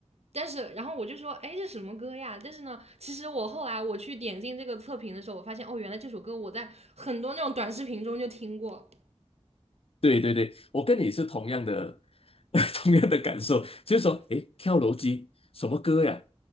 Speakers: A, on the right; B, on the left.
A: 但是，然后我就说，哎，这什么歌呀？但是呢，其实我后来我去点进这个测评的时候，我发现，哦，原来这首歌我在很多那种短视频中就听过。
B: 对对对，我跟你是同样的 <laughs> 同样的感受，就是说，诶，跳楼机什么歌呀？